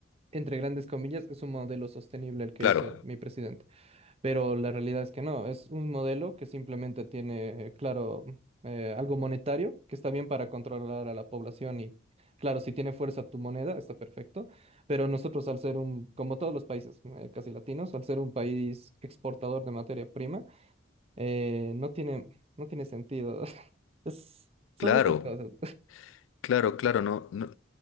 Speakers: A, on the right; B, on the left.
A: entre grandes comillas es un modelo sostenible el que
B: Claro,
A: hizo mi presidente, pero la realidad es que no, es un modelo que simplemente tiene, claro, eh, algo monetario que está bien para controlar a la población y, claro, si tiene fuerza tu moneda está perfecto, pero nosotros al ser un, como todos los países eh, casi latinos, al ser un país exportador de materia prima, eh, no tiene, no tiene sentido. <laughs> Es- son
B: claro,
A: muchas cosas.
B: claro, claro, no, no.